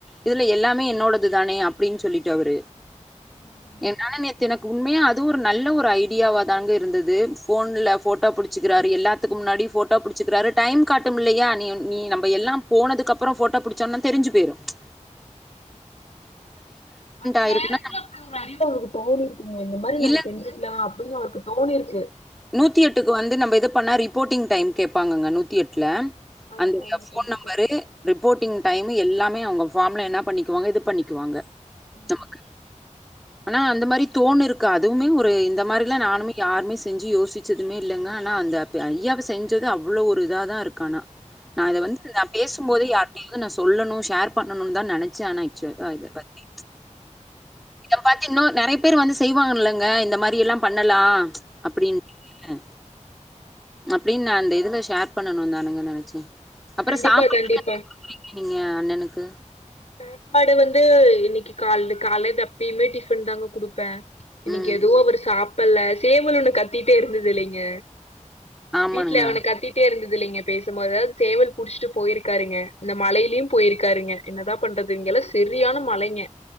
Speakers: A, in the centre; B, on the left.
A: இதல எல்லாமே என்னோடது தானே அப்டின்னு சொல்லிட்டு அவரு
B: ம்
A: என்னால நேத்து எனக்கு உண்மையா அதுவு ஒரு நல்ல ஒரு ஐடியாவாதாங்க இருந்தது ஃபோன்ல போட்டோ புடு புடிச்சிக்கிறாரு எல்லாதுக்கு முன்னாடி ஃபோட்டோ புடிச்சிக்கிறாரு டைம் காட்டுமில்லையா நீ நீ நம்ம எல்லா போனதுக்கு அப்றோ போட்டோ புடிச்சோனா தெரிஞ்சு போயிடு ச்
B: அந்த
A: ஆயிருக்குன்னா
B: நேரத்துல அப்டி ஒரு அறிவு அவளுக்கு தோணிரு ம் இந்த மாரி நம்ம
A: இல்ல
B: செஞ்சுகலா அப்டினு அவருக்கு தோனிருக்கு
A: நூத்தி எட்டுக்கு வந்து நம்ம இது பண்ணா ரிப்போட்டிங் டைம் கேப்பாங்கங்க நூத்தி எட்டுல
B: ஆமா,
A: அந்த
B: ஆமா.
A: ஏ ஃபோன்
B: கண்டிப்பா.
A: நம்பரு ரிப்போட்டிங் டைமு எல்லாமே அவங்க ஃபார்மில என்ன பண்ணிகுவாங்க இது பண்ணக்குவாங்க
B: ம்.
A: நமக்கு ஆனா அந்த மாரி தோணு ருக் க்காது அதுவுமே ஒரு இந்த மாரிலா நானுேமே யாருமே செஞ்சி யோசிச்சதுமே இல்லங்க ஆனா அந்த து ஐயாவ செஞ்சது அவ்ளோ ஒரு இதாதா இருக்கானா நா அத வந்து நா பேசும்போது
B: பரவால்ல.
A: யார்கிட்டையு நா சொல்லணு ஷேர் பண்ணும்னு தா நெனச்சே ஆனா ஆக்சுவல் அ
B: ம்.
A: இத பத்தி இத பத்தி இன்னு நறைய பேர் வந்து செய்வாங்க இல்லங்க இந்த மாரியெல்லா பண்ணலா அப்டின்றீங்க அப்டின்னு நா அந்த இதுல ஷேர் பண்ணணு தானுங்க நெனைச்ச அப்றோ
B: கண்டிப்பா,
A: சாப்பா
B: கண்டிப்பா.
A: <inaudible> <unintelligible> ருக்கீங்க அண்ணனுக்கு
B: சாப்பாடு வந்து இன்னைக்கு கால் கால்ல எப்பயுமே டிஃபன்தாங்க குடுப்பன் இன்னைக்கு
A: ம்
B: எதுவு அவரு சாப்பில்ல சேவல் ஒண்ணு கத்திட்டே இருந்தது இல்லைங்க
A: ஆமானுங்க
B: வீட்ல அவன கத்தி ட்டே இருந்தது இல்லைங்க பேசும்போது அதாவது சேவல் புடிச்சிட்டு போயிருக்காருங்க இந்த மழையிலயும் போயிருக்காருங்க என்னதா பண்றது இங்க எல்லா சரியான மழைங்க